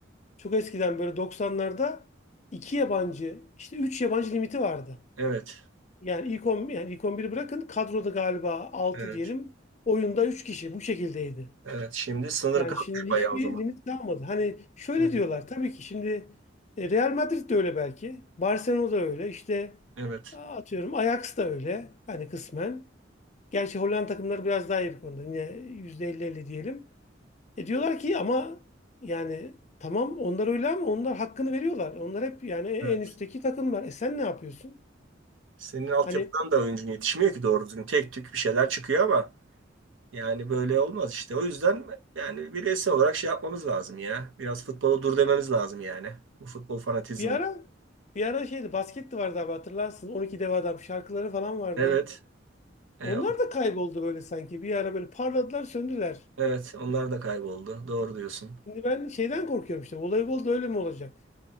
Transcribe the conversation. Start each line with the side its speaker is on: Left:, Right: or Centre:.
Left: çok eskiden böyle doksanlarda 2 yabancı işte 3 yabancı limiti vardı.
Right: Evet.
Left: Yani ilk 10 yani ilk 11'i bırakın kadroda galiba altı
Right: Evet.
Left: diyelim oyunda 3 kişi bu şekildeydi.
Right: Evet. Şimdi sınır
Left: Yani
Right: kalkmış
Left: şimdi
Right: bayağı
Left: hiçbir
Right: o zaman.
Left: limit kalmadı. Hani şöyle
Right: Evet.
Left: diyorlar tabii ki şimdi e, Real Madrid de öyle belki. Barcelona da öyle. İşte
Right: Evet.
Left: a- atıyorum Ajax da öyle. Hani kısmen. Gerçi Hollanda takımları biraz daha iyi bu konuda. Yine %50-50 diyelim. E diyorlar ki ama yani tamam onlar öyle ama onlar hakkını veriyorlar. Onlar hep yani en
Right: evet.
Left: üstteki takımlar. E sen ne yapıyorsun?
Right: Senin altyapıdan
Left: Hani
Right: da oyuncun yetişmiyor ki doğru düzgün. Tek tük bir şeyler çıkıyor ama yani böyle olmaz işte. O yüzden yani bireysel olarak şey yapmamız lazım ya. Biraz futbola dur dememiz lazım yani. Bu futbol fanatizmini.
Left: bir ara bir ara şeydi basket de vardı abi hatırlarsın. 12 dev adam şarkıları falan vardı.
Right: Evet. E,
Left: Onlar da kayboldu böyle sanki. Bir ara böyle parladılar, söndüler.
Right: Evet, onlar da kayboldu. Doğru diyorsun.
Left: Şimdi ben şeyden korkuyorum işte. Voleybol öyle mi olacak?